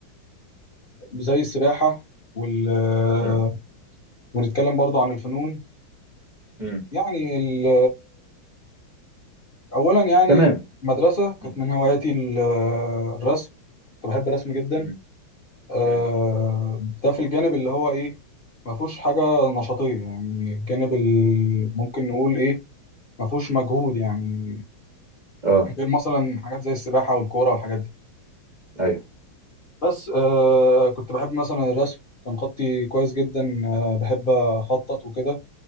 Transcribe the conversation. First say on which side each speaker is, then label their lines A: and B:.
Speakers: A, on the left; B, on the right.
A: زي السباحة وال... آه،
B: مم،
A: ونتكلم برضو عن الفنون
B: مم.
A: يعني ال- أولا يعني
B: تمام
A: مدرسة كانت
B: مم،
A: من هواياتي ال- الرسم كنت بحب الرسم جدا
B: مم،
A: آه،
B: مم.
A: ده في الجانب اللي هو إيه ما فيهوش حاجة نشاطية يعني الجانب ال- ممكن نقول إيه ما فيهوش مجهود يعني
B: اه
A: غير مثلا حاجات زي السباحة والكورة والحاجات دي
B: ايوه
A: بس آه، كنت بحب مثلا الرسم كان خطي كويس جدا آه، بحب أخطط وكده